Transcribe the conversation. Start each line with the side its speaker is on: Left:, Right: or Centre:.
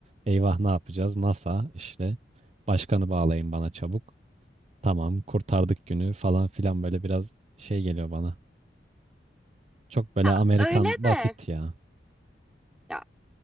Right: Eyvah ne yapacağız? NASA işte başkanı bağlayın bana çabuk. Tamam kurtardık günü falan filan böyle biraz şey geliyor bana. Çok böyle
Centre: Ya
Right: Amerikan
Centre: öyle
Right: basit
Centre: de.
Right: ya.
Centre: Ya